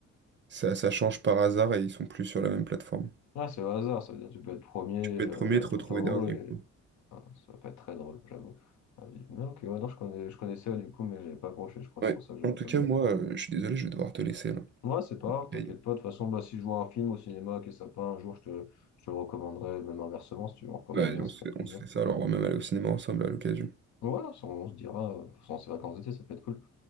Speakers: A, on the right; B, on the left.
A: Ça, ça change par hasard et ils sont plus sur la même plateforme.
B: Ah, c'est au hasard, ça veut dire que tu peux être premier
A: Tu peux
B: euh,
A: être premier et te
B: tout
A: retrouver
B: en
A: dernier.
B: haut et
A: quoi.
B: ah, ça va pas être très drôle, j'avoue. Ah, vivre. Mais ok, ouais, non, je connais, je connaissais du coup, mais j'avais pas accroché, je crois, c'est
A: Ouais.
B: pour ça que j'avais
A: En tout
B: perdu.
A: cas, moi, euh, je suis désolé, je vais devoir te laisser là.
B: Ouais, c'est pas grave, t'inquiète
A: Ok.
B: pas. De toute façon, bah, si je vois un film au cinéma qui est sympa un jour, je te, je te le recommanderai, même inversement, si tu veux en recommander
A: Ouais,
B: un,
A: on
B: ce
A: se
B: serait
A: fait,
B: avec plaisir.
A: on se fait ça, alors on va même aller au cinéma ensemble à l'occasion.
B: Ouais, on, se dira, euh, pendant ces vacances d'été, ça peut être cool.